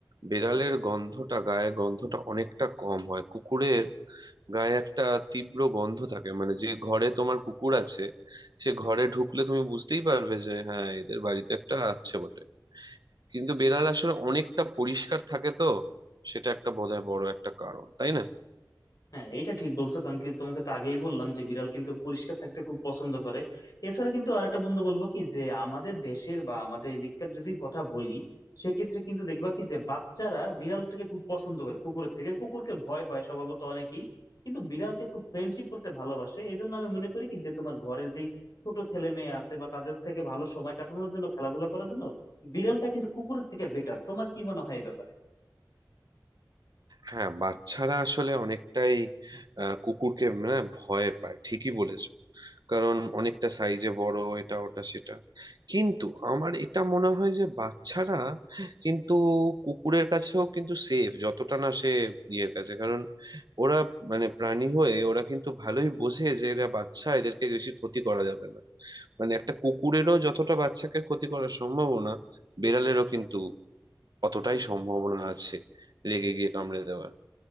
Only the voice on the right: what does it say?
বেড়ালের গন্ধটা গায়ে গন্ধটা অনেকটা কম হয় কুকুরের গায়ে একটা তীব্র গন্ধ থাকে মানে যে ঘরে তোমার কুকুর আছে সে ঘরে ঢুকলে তুমি বুঝতেই পারবে যে হ্যাঁ এদের বাড়িতে একটা আছে বটে কিন্তু বেড়াল আসলে অনেকটা পরিষ্কার থাকে তো সেটা একটা বোধহয় বড় একটা কারণ তাই না
হ্যাঁ বাচ্চারা আসলে অনেকটাই আহ, কুকুরকে না ভয় পায় ঠিকই বলেছো কারণ অনেকটা সাইজে বড় এটা ওটা সেটা কিন্তু আমার এটা মনে হয় যে বাচ্চারা কিন্তু কুকুরের কাছেও কিন্তু সেফ যতটা না সে ইয়ের কাছে কারণ ওরা মানে প্রাণী হয়ে ওরা কিন্তু ভালোই বোঝে যে এরা বাচ্চা এদেরকে বেশি ক্ষতি করা যাবে না মানে একটা কুকুরেরও যতটা বাচ্চাকে ক্ষতি করার সম্ভাবনা বিড়ালেরও কিন্তু অতটাই সম্ভাবনা আছে রেগে গিয়ে কামড়ে দেওয়ার